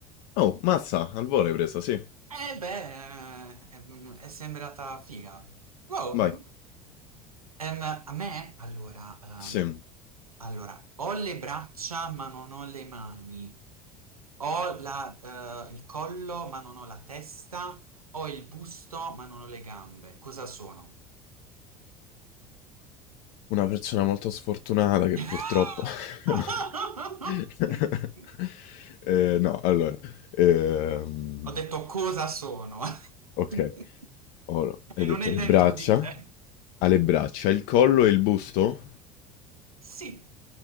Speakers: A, on the left (about 50°); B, on the right (about 85°).
A: Oh, mazza, al volo hai presa, sì.
B: Eh beh, è, è sembrata figa. Wow.
A: Vai.
B: Ehm, a me, allora, ehm,
A: Sì,
B: allora, ho le braccia ma non ho le mani, ho la, eh, il collo ma non ho la testa, ho il busto ma non ho le gambe. Cosa sono?
A: una persona molto sfortunata che
B: <laughs>
A: purtroppo... <laughs> No. <laughs> Eh, no, allora... ehm,
B: Ho detto cosa sono <laughs>
A: ok.
B: e
A: Ora, hai detto
B: non è
A: le
B: dentro
A: braccia?
B: di te.
A: Ha le braccia, il collo e il busto?
B: Sì,